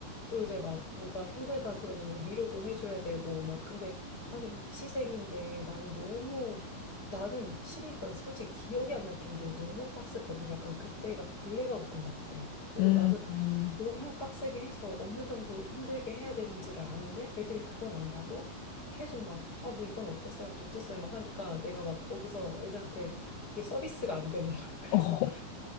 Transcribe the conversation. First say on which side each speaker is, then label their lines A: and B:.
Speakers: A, on the left; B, on the left.
A: 또 이제 막 뭐가 힘들다 그러면 위로도 해줘야 되고, 막 근데, 아니, 입시생인데 나는 너무, 나는 입시가 솔직히 기억이 안 날 정도로 너무 빡셌거든. 약간 그때가 블랙아웃 된 것 같아. 그래서
B: 음,
A: 나도
B: 음.
A: 너무 빡세게 해서 어느 정도 힘들게 해야 되는지를 아는데 애들이 그건 안 하고 계속 막, 아, 뭐 이건 어땠어요? 저쨌어요? 막 하니까 내가 막 거기서 애들한테 이게 서비스가 안 되는 거야. <laughs> 그래서
B: 어,